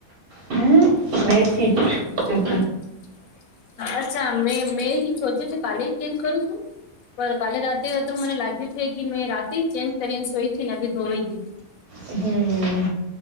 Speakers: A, on the right; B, on the left.
A: હમ.
B: હ
A: બેડશીટ
B: <unintelligible>
A: હમ
B: અચ્છા મેં મેં સોચ્યું છે કાલેજ ચેન્જ કરું શું. પણ કાલે રાતે તો મને લાગ્યું છે કે મેં રાતે ચેન્જ કરીને સોઈ છે ને બી ધોવાઈ દીધી <inaudible>
A: હમ.